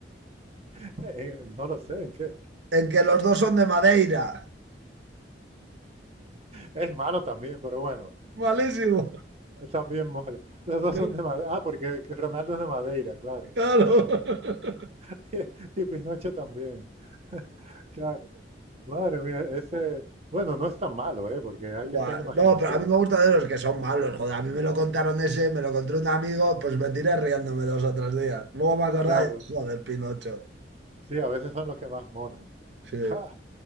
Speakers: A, on the right; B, on the right.
A: <laughs> eh, no lo sé en qué.
B: En que los dos son de Madeira.
A: Es malo también, pero bueno,
B: Malísimo.
A: también mola. Los dos
B: <laughs>
A: son de Madeira. Ah, porque que Ronaldo es de Madeira, claro.
B: Claro. <laughs>
A: <laughs> Y Pinocho también. <laughs> Claro. Madre mía, ese, bueno, no es tan malo, ¿eh? Porque hay que
B: Buah,
A: echarle imaginación.
B: No, pero a mí me gusta de los que son malos, joder. A mí me lo contaron ese, me lo contó un amigo, pues me tiré riéndome dos o tres días. Luego me acordaba
A: Claro.
B: y dije, joder, Pinocho.
A: Sí, a veces son los que más molan. <laughs>
B: Sí.
A: ¡Ja!